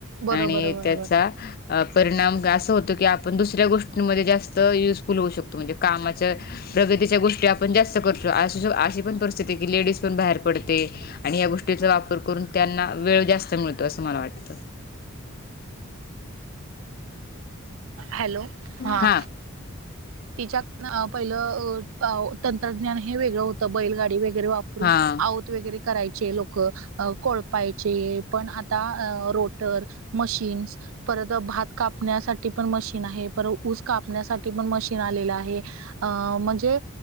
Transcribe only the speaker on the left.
आणि
त्याचा परिणाम अस होतो की आपण दुस दुसऱ्या गोष्टीं जास्त युुजफुल हो शकतो म्हणजे कामाच्या प्रगती च्या गोष्टी म्हणजे जास्त पण जास्त करतो अशी अशी पण परिस्थिती की लेडीज पण बाहेर पडते आणि या गोष्टींचा वापर करून त्यांना वेळ जास्त मिळतो असं मला वाटतं
हां
हां